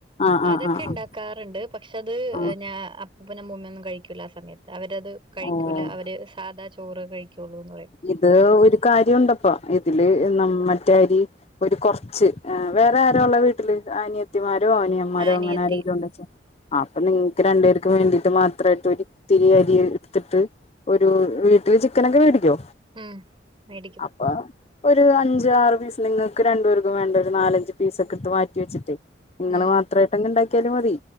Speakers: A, on the left; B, on the right.
A: ആഹ്
B: അതൊക്കെ
A: ആഹ് ആഹ് ആഹ്
B: ഇണ്ടാക്കാറുണ്ട്. പക്ഷെ അത്
A: ആഹ്
B: ഞ അപ്പൂപ്പനും അമ്മൂമ്മയൊന്നു കഴിക്കൂല്ല ആ സമയത്ത് അവരത് കഴിക്കൂല
A: ഓഹ്
B: അവര് സാധാ ചോറ് കഴിക്കുള്ളൂ എന്ന് പറയും.
A: ഇത് ഒരു കാര്യം ഉണ്ടപ്പം ഇതില് നമ്മ മറ്റേ അരി ഒരു കുറച്ച്. വേറെ ആരാ ഉള്ളത് വീട്ടില്? അനിയത്തിമാരോ അനിയൻ മരോ
B: ആഹ് അനിയത്തി
A: അങ്ങനെ ആരെങ്കിലും ഉണ്ടച്ച ആ അപ്പൊ നിങ്ങക്ക് രണ്ടുപേർക്ക് വേണ്ടിട്ട് മാത്രമായിട്ട് ഒരിത്തിരി അരി എടുത്തിട്ട് ഒരു വീട്ടില് ചിക്കനൊക്കെ മേടിക്കോ?
B: ഉം മേടിക്കും
A: അപ്പ ഒരു അഞ്ചാറ് പീസ് നിങ്ങൾക്ക് രണ്ടു പേർക്കും വേണ്ടി ഒരു നാലഞ്ച്പീസക്കെ എടുത്ത് മാറ്റി വെച്ചിട്ടേ നിങ്ങള്
B: ഉം
A: മാത്രമായിട്ട് അങ് ഉണ്ടാക്കിയാലും മതി.